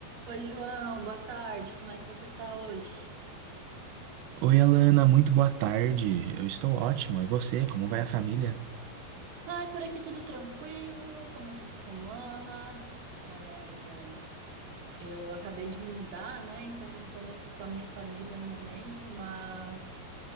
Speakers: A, on the right (about 55°); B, on the right (about 85°).
A: Oi, João, boa tarde. Como é que você tá hoje?
B: Oi, Alana, muito boa tarde. Eu estou ótimo. E você, como vai a família?
A: Ai, por aqui tudo tranquilo, começo de semana. É, Eu acabei de me mudar, né? Então não tô mais com a minha família no momento, mas